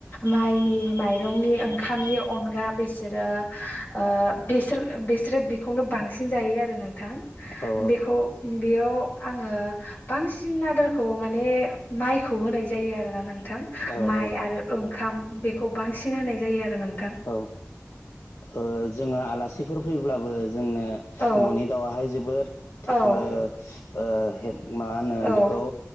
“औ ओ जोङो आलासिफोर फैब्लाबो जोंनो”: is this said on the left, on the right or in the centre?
Left